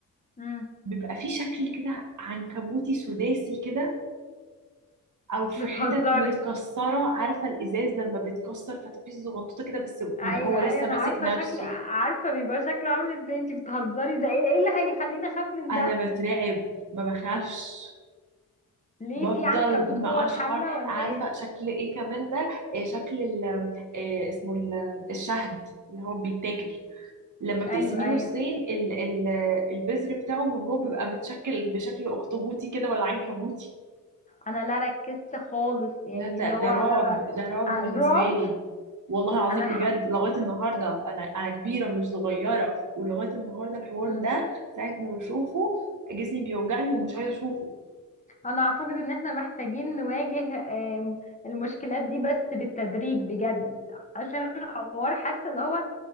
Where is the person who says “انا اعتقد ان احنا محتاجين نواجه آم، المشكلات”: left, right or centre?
Left